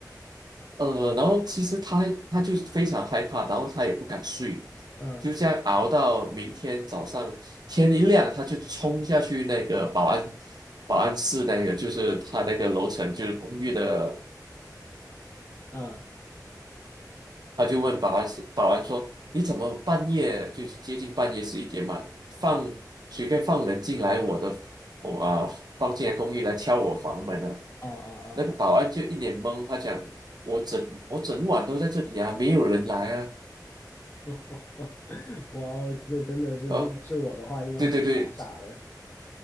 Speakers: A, on the right (about 70°); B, on the left (about 30°).
A: 呃，然后其实他他就非常害怕，然后他也不敢睡，
B: 嗯
A: 就这样熬到明天早上天一亮，他就冲下去那个保安保安室那个，就是他那个楼层，就是公寓的
B: 嗯。
A: 他就问保安是保安说：
B: 哦
A: “你怎么半夜就是接近半夜十一点嘛，放随便放人进来我的我啊、放进来公寓来敲我房门啊？”
B: 哦哦
A: 那个保安就一脸懵，他讲：“我整我整晚都在这里啊，没有人来啊。”
B: 哦哦！哦 <laughs> 哇哦，这个真的是，
A: 哦，
B: 如果是我的话，应该会被吓傻了。
A: 对对对